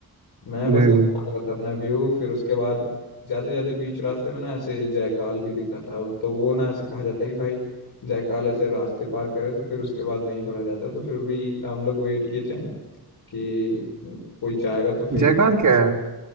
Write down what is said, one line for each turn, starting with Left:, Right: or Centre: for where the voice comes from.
Left: मैं
Right: जी,
Left: बस बता
Right: जी,
Left: रहा था अपना व्यू फिर उसके बाद जाते जाते बीच रास्ते में ना ऐसे जायकाल भी दिखा था तो वो ना ऐसे कहा जाता है कि भाई जायकाल ऐसे रास्ते पार करे तो फिर उसके बाद नहीं पढ़ा जाता तो फिर भी हम लोग वेट किए थे कि कोई जाएगा तो फिर
Right: जयकार क्या है?